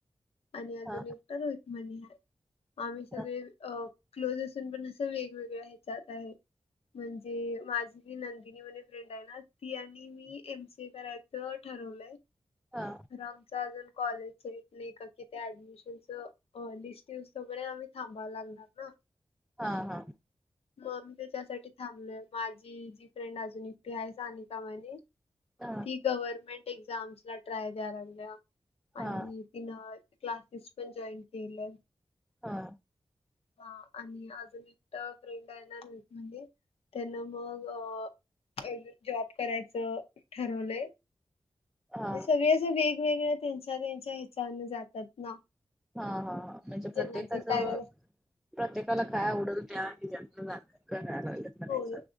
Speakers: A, on the left; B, in the centre.
A: आणि अजून
B: हा
A: एकटा रोहित म्हनला, आम्ही सगळे
B: हा
A: अ क्लोज असून पण असं वेगवेगळ्या ह्याच्यात आहे. म्हणजे माझीी नंदिनी वानी फ्रेंड आहे ना, ती आनी मी एम. सी. ए. करायचं ठरवलंय.
B: हा.
A: रॉंगचा अजून कॉलेजच्या हित नाही कनकि त्या ऍडमिशनचं अं लिस्ट येऊस्तोपर्यंत आम्ही थांबावं लागणार ना?
B: हा हा....
A: मग मी त्यासाठी थांबलोय, माझी जी फ्रेंड अजून एकटी आहे सानिका मने
B: हा
A: ती गव्हर्मेंट एक्झाम्सला ट्राय द्याय लागल्या
B: हा हा
A: आणि तिनं क्लासेस पण जॉईन केलंय.
B: हा
A: हा, आणि अजून एकटं फ्रेंड आहे ना ग्रुपमंधे त्यांना मग एरवी जॉब करायचं ठरवलंय
B: हा
A: ते सगळे ज वेगवेगळ्या त्यांच्या त्यांच्या हिच्याने जातात ना.
B: हा हा म्हणजे
A: ज्यांना
B: प्रत्येकाचं.
A: जे काय करायचं
B: प्रत्येकाला काय आवडल त्या जन् करायला लागलं म्हणायच.
A: होय